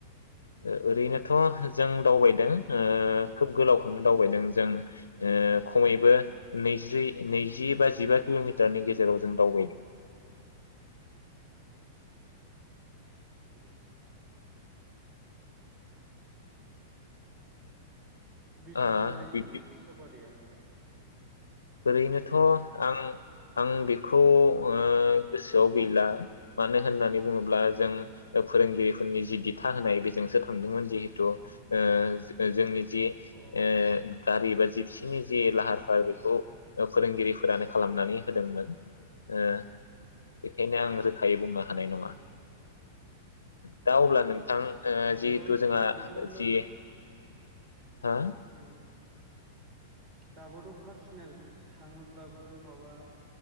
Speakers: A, on the left; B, on the right.
A: ओ ओरैनोथ जों दावबायदों ओ खोब गोलावखौनो दावबायदों जों ओ खमैबो नैजियै नैजि बा जिबा किलमिटारनि गेजेराव जों दावबायदों
B: उम बिसिबां
A: ओ
B: लायो
A: बिब्दि
B: जिबसि साफादिया <inaudible>
A: ओरैनोथ आं आं बेखौ ओ गोसोआव गैला मानो होननानै बुङोब्ला जों ओ फोरोंगिरिफोरनि जि दिथा होनाय बेजोंसो थांदोंमोन जिहेथु ओ जो जोंनि जे
B: अ
A: ओ गारि बा जिपसिनि जे लाहार फाहार बेखौ ओ फोरोंगिरिफोरानो खालामनानै होदोंमोन ओ बेखायनो
B: उम
A: आं रोखायै बुंनो हानाय
B: उम
A: नङा। दा अब्ला
B: उम
A: नोंथां ओ
B: दाबोथ'
A: जिहेथु जोंहा
B: दाबोथ' नों
A: जि हो
B: उम। दाबोथ' पार्सनेल थाङोब्लाबो माबा